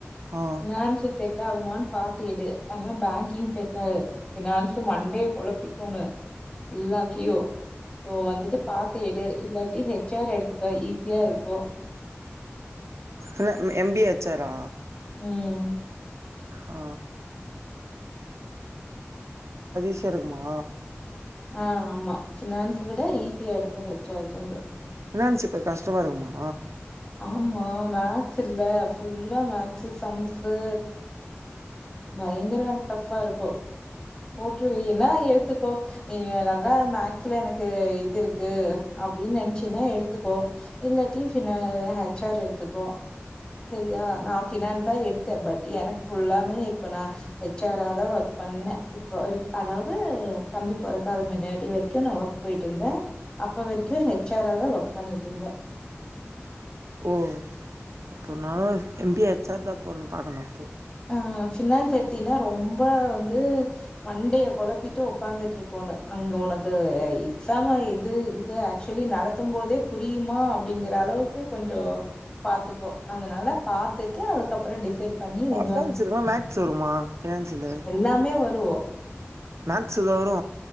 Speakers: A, on the right; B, on the left.
A: ஆ
B: ஃபினான்ஸ் செட் ஆகுமானு பாத்து எடு ஆனா பேங்க்கிங் பெட்டரு ஃபினான்ஸ் மண்டய குழப்பிக்கோனு எல்லாத்தியு சோ வந்துட்டு பாத்து எடு இல்லாட்டி ஹெச்ஆர் எடுத் க்கோ ஈஸியா இருக்கு
A: இல்ல எம் பி ஏ ஹெச் ஆரா
B: ம்
A: ஆ அது ஈஸியா இருக்குமா
B: ஆ ஆமா ஃபினான்ஸ்ஸ விட ஈஸியா இருக்கு ஹெச் ஆர் கொஞ்ச
A: ஃபினான்ஸ் இப்ப கஷ்ட்டமா இருக்குமா
B: ஆமா மேக்ஸ் இல்ல ஃபுல்லா மேக்ஸு சம்ஸு பயங்கர டஃப்பா இருக்கு போட்ருவீயன்னா எடுத்துக்கோ நீ நல்லா மேக்ஸ்ல எனக்கு இது இருக்கு அப்டின்னு நெ னச்சின்னா எடுத்துக்கோ இல்ல ட்டி பினா ஹெச்ஆர் எடுத்துக்கோ சரியா நா ஃபினான் தா எடுத்த பட் எனக்கு ஃபுல்லாமே நா ஹெச் ஆர் தா ஒர்க் பண்ணே இப்ப அதாவது தம்பி பொறக்காதது மின்னாடி வரைக்கு க்கு நா ஒர்க் போய்ட்டு இருந்தே அப்ப வரைக்கு ஹெச் ஆரா தா ஒர்க் பண்ணிட்டு இருந்தே
A: ஓ அப்போ நானு எம்பிஏ ஹெச் ஆர் தா போண்ணு பாக்கணு அப்போ
B: ஆ ஃபினான்ஸ் எடுத்தினா ரொம்ப வந்து மண்டய கொழப்பிட்டு உக்காந்துட்டு இருக்கோனு அங்க உனக்கு எக்ஸாம் இது இது ஆக்சுவலி நடத்தும் போதே புரியுமா அப்டிங்கிற அளவுக்கு கொஞ்சோ பாத்துக்கோ அதனால பாத்துட்டு அதுக்கப்பற டிசைட் பண்ணி இது
A: அக்கவுன்ஸ்
B: வந்து-
A: இருக்மா மேக்ஸ் வருமா ஃபினான்ஸிலு
B: எல்லாமே வரு
A: மேக்ஸ் இதா வரு